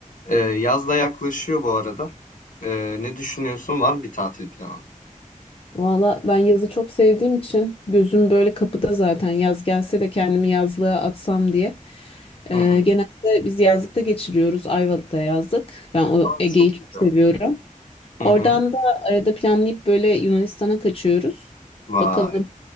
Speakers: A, on the left; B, on the left.
A: Ee, yaz da yaklaşıyor bu arada. Ee, ne düşünüyorsun? Var mı bir tatil planı?
B: Valla ben yazı çok sevdiğim için gözüm böyle kapıda zaten yaz gelse de kendimi yazlığa atsam diye. Ee,
A: Hı hı.
B: genelde biz yazlıkta geçiriyoruz. Ayvalık'ta yazlık. Ben o
A: Aa,
B: Ege'yi
A: çok
B: çok
A: güzel.
B: seviyorum.
A: Hı
B: Oradan
A: hı.
B: da arada planlayıp böyle Yunanistan'a kaçıyoruz.
A: Vay.
B: Bakalım.